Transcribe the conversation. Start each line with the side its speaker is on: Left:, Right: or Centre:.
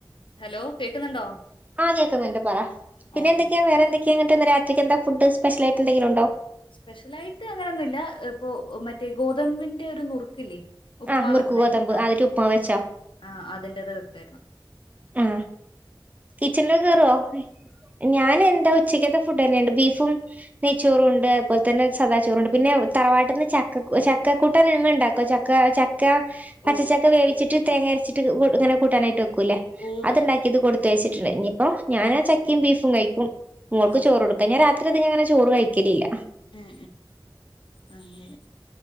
Left: ഹലോ കേക്കുന്നുണ്ടോ
Right: ആഹ് കേൾക്കുന്നുണ്ട് പറ പിന്നെന്തക്കെയാ
Left: ആഹ്
Right: വേറെന്തൊക്കെയാ ന്ന്ട്ട് രാത്രിക്കന്താ ഫുഡ് സ്പെഷ്യൽ ആയിട്ട്ന്തെങ്കിലും ഉണ്ടോ
Left: സ്പെഷ്യലായിട്ട് അങ്ങനെയൊന്നുല്ല ഇപ്പൊ മറ്റേ ഗോതമ്പിന്റെ ഒരു നുറുക്കില്ലേ ഉപ്പു്മാവ്
Right: ആഹ് നുറുക്ക്
Left: വെക്കുന്നേ
Right: ഗോതമ്പ്
Left: ആഹ്
Right: അതില് ഉപ്പ്മാവ്
Left: ആ
Right: വെച്ചോ?
Left: ആ അതിന്റത് വെക്കേരുന്നു
Right: ആ കിച്ചൻ ലേക്ക് കേറോ ഞാൻ എന്താ ഉച്ചക്കത്തെ ഫുഡ് ന്നെണ്ട് ബീഫും നെയ്ച്ചോറുണ്ട് അതുപോലെ തന്നെ സദാച്ചോറുണ്ട് പിന്നെ തറവാട്ടിന്ന് ചക്ക ചക്ക കൂട്ടാൻ എന്ന് ഉണ്ടാക്കു ച ചക്ക ചക്ക പച്ച
Left: ഓ
Right: ചക്ക വേവിച്ച്ട്ട് തേങ്ങ അരച്ചിട്ട് ഇങ്ങനെ കൂട്ടാനായിട്ട് വെക്കൂല്ലേ
Left: ഓ
Right: അത്
Left: വെക്കും
Right: ഉണ്ടാക്കിയത് കൊടു കൊടുത്തയച്ചിട്ടുണ്ട് ഇനിയിപ്പോ ഞാൻ ആ ചക്കിം ബീഫും കഴിക്കും മോൾക്ക്
Left: ആഹ്
Right: ചോറ് കൊടുക്കും ഞാ രാത്രി അതികഅങ്ങനെ ചോറ് കഴിക്കലില്ല
Left: ഉം ഉംഅങ്ങനെ